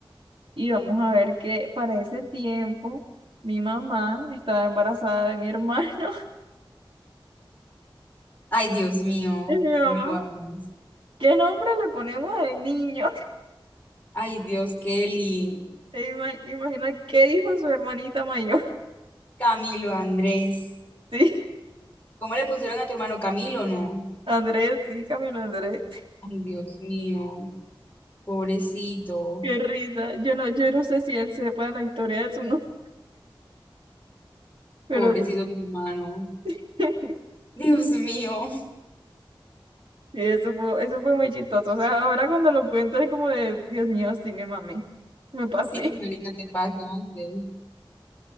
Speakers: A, on the right; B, on the left.
A: Y vamos a ver que para ese tiempo mi mamá estaba embarazada de mi hermano. <laughs>
B: Ay, Dios mío,
A: Y mi mamá
B: no me lo hagas.
A: ¿Qué nombre le ponemos al niño? <laughs>
B: Ay, Dios, Kelly,
A: E ima- imagina qué dijo su hermanita mayor.
B: Camilo, Andrés.
A: <laughs> Sí,
B: ¿Cómo le pusieron a tu hermano Camilo, no?
A: Andrés, sí, Camilo Andrés.
B: Ay, Dios mío, pobrecito,
A: Qué risa. Yo no, yo no sé si él sepa la historia de su nombre, pero
B: pobrecito tu hermano.
A: <laughs> sí,
B: Dios mío.
A: eso fue, eso fue muy chistoso. O sea, ahora cuando lo cuento es como de, Dios mío, sí, me mami. Me pasé.
B: Sí, marica, te pasaste.